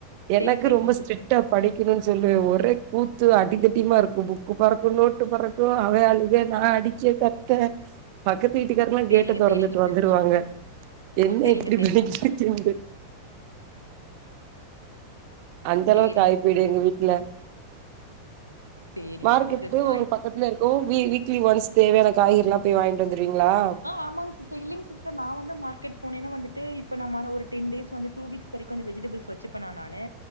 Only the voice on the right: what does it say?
எனக்கு
ரொம்ப ஸ்ட்ரிக்ட்டா
படி படிக்கனூனு சொல்லுவே ஒரே கூத்து அடிதடியுமா இருக்கு புக்கு பறக்கு நோட்டு பறக் கு அவெ அழுக நா அடிக்க கத்த பக்கத்து வீட்டுக்கார்லா
கேட்ட தொறந்துட்டு
வந்துருவாங்க
என்ன
இப்டி
படிக்க
வச்சண்ட்டு அந்தளவுக்
ஆகி போயிடு
எங்க வீட்ல
மார்க்கெட்டு
ஒங்களுக்கு பக் பக்கத்துல இருக்கு வீ வீக்லி ஒன்ஸ் தேவையான காய்கறிலா போய் வாங்கிட்டு வந்துருவீங்களா